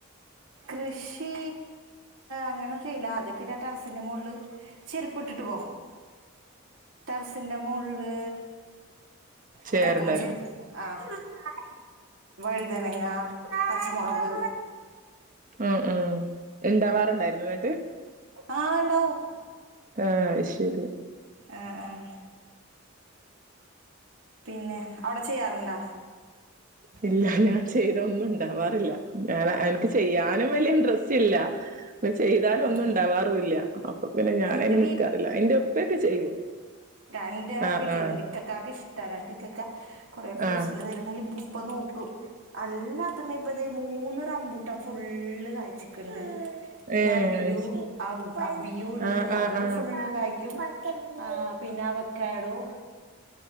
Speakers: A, on the right; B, on the right.
A: കൃഷി അങ്ങനും ചെയ്ല്ല അദ്യക്കെ ഞാൻ ടെറസിന്റെ മുകളിൽ ചെരിപ്പ് ഇട്ടിട്ട് പോ ടറസിന്റെ മോള്ള്
B: ചെയ്യാറുണ്ടായിരുന്നോ
A: ഉടക്കുമ ശരിപ്പിക്ക <unintelligible> ആഹ് വഴുതനങ്ങ പച്ചമുളക്
B: ഉ ഉം ഉണ്ടാവാറുണ്ടായിരുന്നു എന്നിട്ട്
A: ആഹ് ഉണ്ടാവും
B: ആഹ് അയ് ശരി
A: ആഹ് ആഹ് പിന്നെ അവിടെ ചെയ്യാറുണ്ടാ
B: ഉ <inaudible> ഇല്ല ഞാൻ ചെയ്ത ഒന്നും ഉണ്ടാവാറില്ല ഞൻ എനിക്ക് ചെയ്യാനും വലിയ ഇന്റ്രസ്റ്റ് ഇല്ല അ ചെയ്താല
A: ആഹ്
B: ഒന്നും ഉണ്ടാവാറുമില്ല അപ്പൊ പിന്നെ ഞാനയിന്
A: എന്റെ
B: നിക്കാറില്ല എന്റെ ഉപ്പയൊക്കെ ചെയ്യും
A: എൻന്റെ
B: ആ
A: വീട്ടിലോണ്ട്
B: ആ
A: ഇക്ക ഇക്കക്ക് ഇഷ്ടമാണ് ഇക്കക്ക കുറെ ഫ്രൂട്ട്സിന്റെ
B: ആ
A: റങ്ങി ഉപ്പ നോക്കും അല്ലാത്ത്മ ഇപ്പത മൂന്ന് റമ്പുട്ടം ഫുള്ള് കായ്ച്ചിക്കുണ്ട് പിന്നെ
B: ഏ
A: അബിയു
B: അയ്ശരി
A: അബിയു ഉണ്ട്
B: ആ
A: അബിയു
B: ആ ആ
A: ഫുള്ള് കായ്ക്കും പിന്നെ അവ കേടോ